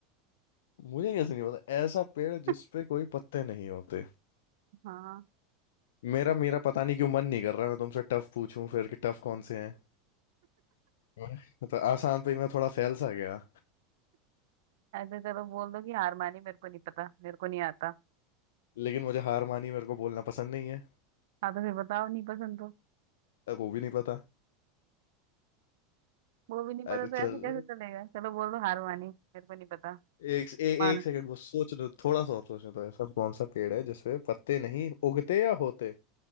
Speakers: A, on the left (about 70°); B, on the right (about 65°).
A: मुझे कैसे नहीं पता ऐसा पेड़
B: <laughs>
A: जिस पे कोई पत्ते नहीं होते
B: हाँ
A: मेरा मेरा पता नहीं क्यों मन नहीं कर रहा मैं तुमसे टफ पूछूं फिर कि टफ कौन से हैं मैं- तो आसान पे ही मैं थोड़ा फैल सा गया
B: ऐसे चलो बोल दो कि हार मानी मेरे को नहीं पता मेरे को नहीं आता
A: लेकिन मुझे हार मानी मेरे को बोलना पसंद नहीं है
B: हाँ तो फिर बताओ नहीं पसंद तो
A: अब वो भी नहीं पता
B: वो भी नहीं पता
A: अरे
B: तो
A: चल
B: ऐसे कैसे चलेगा चलो बोल दो हार मानी मेरे को नहीं पता
A: एक ए,
B: मान
A: एक
B: लो,
A: सेकंड बस सोचने दो थोड़ा सा और सोचने दो ऐसा कौन सा पेड़ है जिसपे पत्ते नहीं उगते या होते